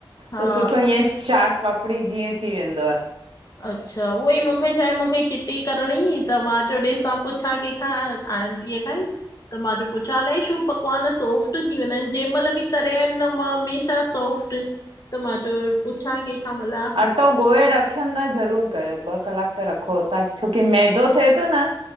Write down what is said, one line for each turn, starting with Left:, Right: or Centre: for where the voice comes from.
Left: हा
Right: त सुठो इएंं चाट पाप। कपड़ी जीअं थी वेंदो आ।
Left: अच्छा उहो ई मूंखे छा आहे मूंखे किटी करणी त मां चयो ॾिसां पुछा केंखा। टीय खांई त मां चयो पुछ अलाए छो पकवान सोफ्ट थी वेंदा आहिन जें मल बि। तरिया आहिन न मां हमेशा सोफ्ट त मां चयो पुछां केंखा भला।
Right: अटो ॻोहे रखियन था ज़रूर कयो ॿ कलाक त रखो त छोकी मैदो थिए तो न।